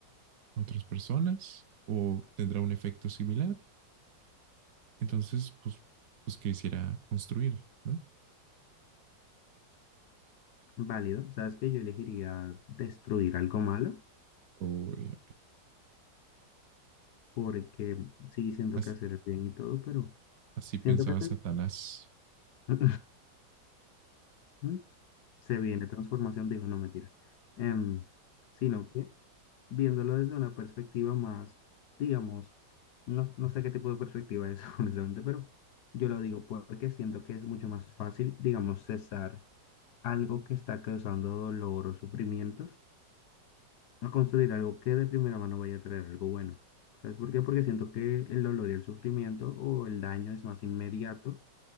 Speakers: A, on the right (about 60°); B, on the left (about 70°).
A: a otras personas, o tendrá un efecto similar. Entonces, pues, pues quisiera construir, ¿no?
B: Válido, sabes que yo elegiría destruir algo malo
A: O eh,
B: porque sí siento
A: as-
B: que hacer el bien y todo, pero
A: así
B: siento
A: pensaba
B: que
A: Satanás.
B: se, <laughs> se viene transformación, digo, no mentiras, Em, sino que viéndolo desde una perspectiva más, digamos, no, no sé qué tipo de perspectiva es, <laughs> honestamente, pero yo lo digo porque siento que es mucho más fácil, digamos, cesar algo que está causando dolor o sufrimientos a construir algo que de primera mano vaya a traer algo bueno. ¿Sabes por qué? Porque siento que el dolor y el sufrimiento o el daño es más inmediato